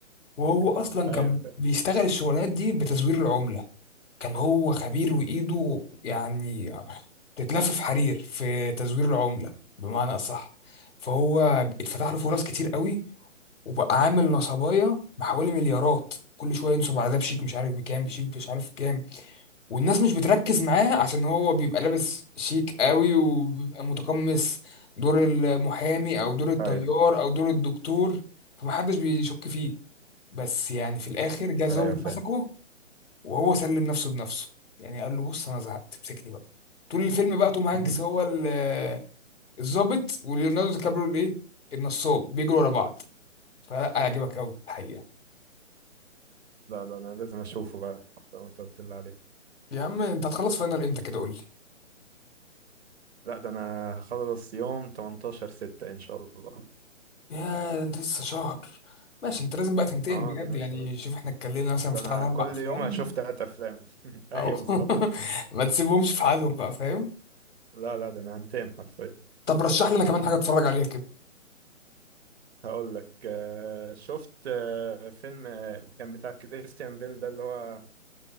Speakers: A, on the left; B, on the right.
A: وهو
B: <laughs>
A: اصلا
B: ايوه
A: كان
B: فاهم
A: بيشتغل الشغلانات دي بتزوير العمله كان هو خبير وإيده يعني تتلف في حرير في تزوير العملة بمعنى أصح فهو اتفتح له فرص كتير قوي وبقى عامل نصبايا بحوالي مليارات كل شويه ينصب على ده بشيك مش عارف بكام بشيك مش عارف كام والناس مش بتركز معاه عشان هو بيبقى لابس شيك قوي وبيبقى متقمص دور المحامي او دور الطيار
B: ايوه
A: او دور الدكتور فمحدش بيشك فيه بس يعني في الاخر جه ظابط
B: ايوه فاهم
A: مسكه وهو سلم نفسه بنفسه يعني قال له بص انا زهقت امسكني بقى طول الفيلم بقى توم هانكس
B: <laughs>
A: هو ال- الظابط وليوناردو دي كابريو الايه النصاب بيجروا ورا بعض فلا هيعجبك قوي الحقيقه
B: لا لا انا لازم اشوفه بقى زي ما انت قلت لي عليه
A: يا عم انت هتخلص فاينل امتى كده قول لي
B: لا ده انا هخلص يوم 18 6 ان شاء الله
A: يا ده انت لسه شهر ماشي انت لازم بقى تنتقم
B: اه
A: بجد
B: ده انا
A: يعني
B: لسه
A: شوف احنا اتكلمنا مثلا
B: ده
A: في
B: انا
A: ثلاث اربع
B: كل
A: افلام
B: يوم هشوف تلات افلام <laughs> ايوه
A: او
B: بالظبط
A: <laughs> ما تسيبهمش في حالهم بقى فاهم
B: لا لا ده انا هنتقم حرفيا
A: طب رشح لنا كمان حاجه اتفرج عليها كده
B: هقول لك آه، شفت آه، فيلم آه، كان بتاع كريستيان بيل ده اللي هو